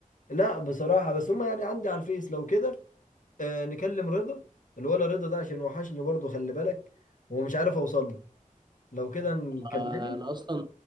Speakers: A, on the left; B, on the right.
A: لا بصراحه بس هما يعني عندي على الفيس لو كده آه نكلم رضا الولا رضا ده عشان وحشني برضه خلي بالك ومش عارف اوصل له لو كده نكلمه
B: آه، انا اصلا